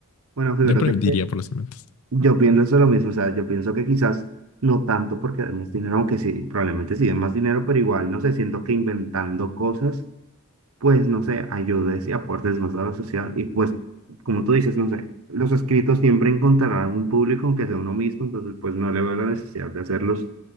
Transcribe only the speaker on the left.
Yo pre- diría por los inventos.